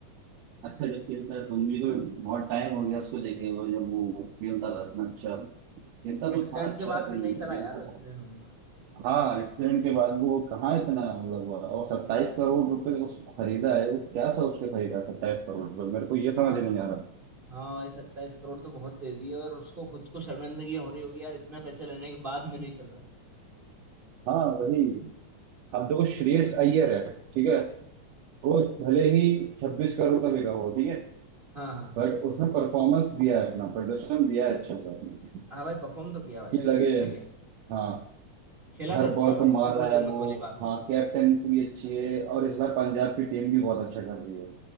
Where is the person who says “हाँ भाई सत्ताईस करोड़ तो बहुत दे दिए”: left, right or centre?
Right